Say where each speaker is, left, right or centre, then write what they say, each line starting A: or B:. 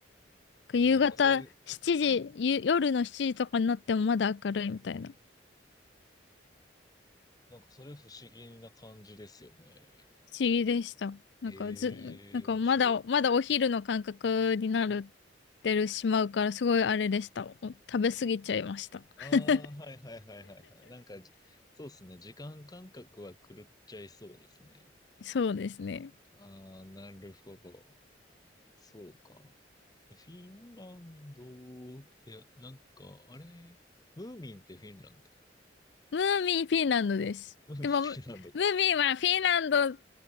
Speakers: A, on the left; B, on the left.
A: 夕方7時、
B: いや、なんかそれ、うん。
A: ゆ夜の7時とかになってもまだ明るいみたいな。
B: なんかそれ不思議な感じですよね。
A: 不思議でした。なんかず、
B: ええ面白い。
A: なんかまだ、まだお昼の感覚になる、てるしまうからすごいあれでした。お食べ過ぎちゃいました。
B: ああ、
A: <laughs>
B: はいはいはいはいはい。なんかじ、そうですね。時間感覚は狂っちゃいそうですね。
A: そうですね。
B: ああ、なるほど。そうか。フィンランドって、なんか、あれ、ムーミンってフィンランド
A: ムーミンフィンランドです。
B: フィンランドか。
A: でも、ムムーミンはフィンランド